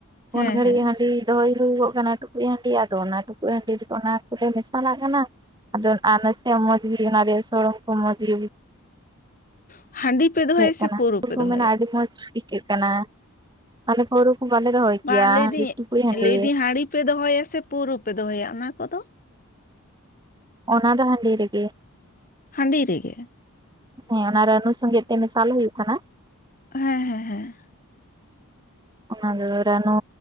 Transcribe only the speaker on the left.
ᱦᱮᱸ
ᱦᱮᱸ
ᱦᱟᱺᱰᱤ, ᱯᱮ ᱫᱚᱦᱚᱭᱟ
ᱥᱮ
ᱯᱟᱹᱣᱨᱟᱹ
ᱯᱮ
ᱫᱚᱦᱚᱭᱟ
ᱵᱟᱝ
ᱞᱟᱹᱭᱫᱟᱹᱧ
ᱞᱟᱹᱭᱫᱟᱹᱧ
ᱦᱟᱺᱰᱤ ᱯᱮ ᱫᱚᱦᱚᱭᱟ ᱥᱮ ᱯᱩᱹᱣᱟᱨᱳ ᱯᱮ ᱫᱚᱦᱚᱭᱟ ᱚᱱᱟ ᱠᱚ ᱫᱚ?
ᱦᱟᱺᱰᱤ ᱨᱮᱜᱮ
ᱦᱮᱸ ᱦᱮᱸ ᱦᱮᱸ